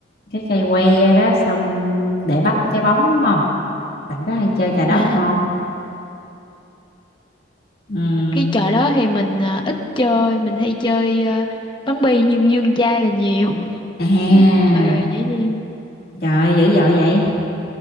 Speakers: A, on the left (about 50°); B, on the left (about 25°).
A: cái cây que đó xong để bắt cái trái bóng đúng không bạn có hay chơi trò đó
B: à,
A: không Ừm,
B: à, cái trò đó thì mình ờ, ít chơi mình hay chơi ờ, bắn bi nhưng dương chai là nhiều
A: à
B: Ừ, rồi nhảy dây
A: trời ơi, dữ dội vậy